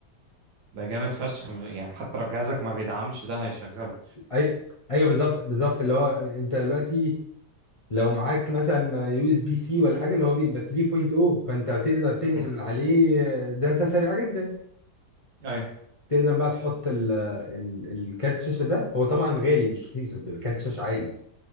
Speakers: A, on the right; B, on the left.
A: ده جامد فشخ مش- يعني حتى لو جهازك ما بيدعمش ده هيشغله
B: ايوه ايوه بالظبط بالظبط اللي هو انت دلوقتي لو معاك مثلا يو اس بي سي ولا حاجه اللي هو بيبقى 3.0 فانت تقدر تنقل
A: مم.
B: عليه داتا سريعه جدا
A: ايوه
B: تقدر بقى تحط ال ال الكارت شاشه ده هو طبعا غالي مش رخيص بيبقى كارت شاشه عادي